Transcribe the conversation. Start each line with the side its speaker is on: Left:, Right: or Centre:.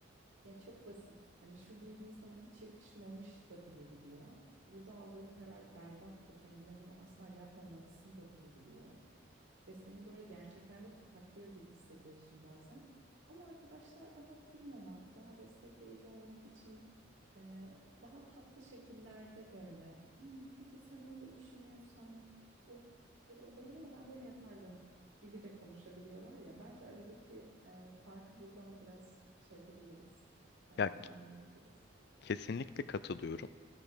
Right: ya çok basit. Hani şu giydiğin sana hiç yakışmamış da diyebiliyor. Burada aldığın karar berbattı. Kendine bunu asla yapmamalısın da diyebiliyor ve seni böyle gerçeklerle tokatlıyor gibi hissediyorsun bazen. Ama arkadaşlar daha kırmamak, daha destekleyici olmak için e, daha tatlı şekillerde böyle "Hmm, peki sen öyle düşünüyorsan ö- öyle olabilir ama ben böyle yapardım gibi de konuşabiliyorlar ya. Bence aradaki e, farkı buradan biraz şey yapabiliriz, e, anlayabiliriz.
Left: Ya kesinlikle katılıyorum.